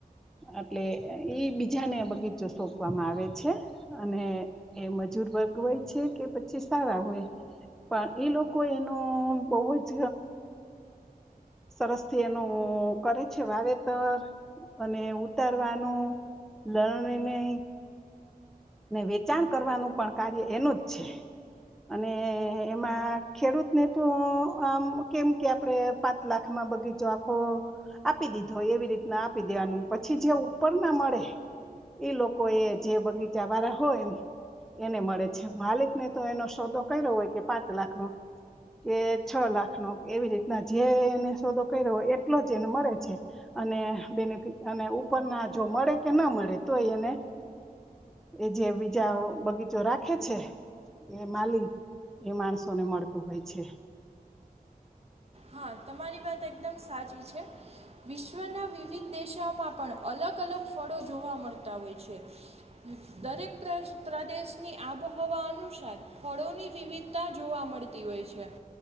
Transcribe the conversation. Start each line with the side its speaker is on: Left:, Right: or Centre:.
Centre: એટલે ઈ બીજાને બગીચ સોંપવામાં આવે છે અને એ મજૂર વર્ગ હોય છે કે પછી સારા હોય પણ એ લોકો એનો બહુ જ સરસ થી એનું કરે છે વાવેતર અને ઉતારવાનું લરણી ન ને વેચાણ કરવાનું પણ કાર્ય એનું જ છે અને એમાં ખેડૂતને તો આમ કેમ કે આપણે લાખ બગીચો આખો આપી દીધો હોય એવી રીતના આપી દેવાનું પછી જે ઉપર ના મળે એ લોકો એ જે બગીચા વાળા હોય એને મળે છે માલિકને તો એનો સોદો કર્યો હોય કે પાંચ લાખનોો કે છ લાખનોો એવી રીતના જે સોદો કર્યો એટલો જ એને મળે છે અને બેનિફિ અને ઉપરના જો મળે કે ના મળે તો એને એ જે બીજા બગીચો રાખે છે એ માલી એ માણસોને મળતું હોય છે
Right: હા તમારી વાત એકદમ સાચી છે વિશ્વના વિવિધ દેશાઓમાં પણ અલગ અલગ ફળો જોવા મળતા હોય છે દરેક પ્રદેશની આબોહવા અનુસાર ફળોની વિવિધ તા જોવા મળતી હોય છે